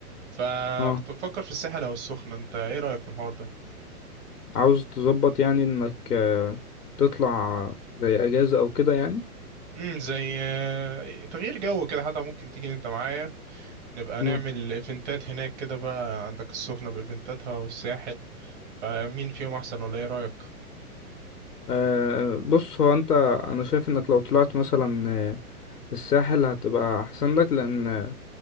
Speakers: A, on the right; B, on the left.
A: فكنت
B: اه
A: بفكر في الساحل او السخنة انت ايه رأيك في الحوار ده
B: عاوز تظبط يعني انك آه، تطلع زي اجازة او كده يعني
A: امم زي آه، تغيير جو كده حتى ممكن تيجي انت معايا نبقى
B: امم
A: نعمل ايفنتات هناك كده بقى عندك السخنة بايفنتاتها والساحل فمين فيهم احسن ولا ايه رايك
B: آه بص هو انت انا شايف انك لو طلعت مثلا آه، الساحل هتبقى احسن لك لان آه،